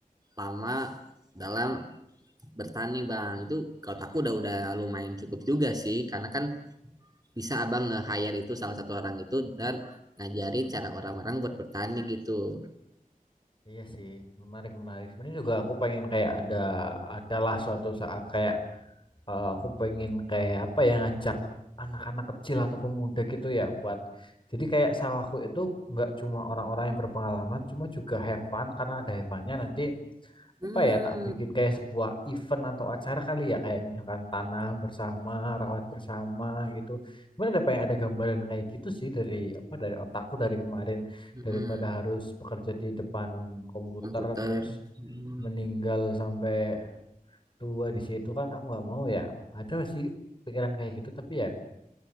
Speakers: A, on the right; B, on the left.
A: lama dalam bertani bang. Itu kalau aku udah udah lumayan cukup juga sih. Karena kan bisa abang nge-hire itu salah satu orang itu dan ngajarin cara orang-orang buat bertani gitu.
B: Iya sih, menarik menarik. Sebenarnya juga aku pengen kayak ada adalah suatu saat kayak eh, aku pengen kayak apa ya ngajak anak-anak kecil atau pemuda gitu ya buat jadi kayak sawahku itu nggak cuma orang-orang yang berpengalaman, cuma juga have fun karena ada have funnya nanti
A: Hmm.
B: apa ya tak bikin kayak sebuah event atau acara kali ya kayak misalkan tanam bersama rawat bersama gitu cuman ada pengen ada gambaran kayak gitu sih dari apa dari otakku dari kemarin
A: Mm-mm.
B: daripada harus bekerja di depan komputer
A: Komputer.
B: terus
A: Hmm.
B: meninggal sampai tua di situ kan aku nggak mau ya ada sih pikiran kayak gitu tapi ya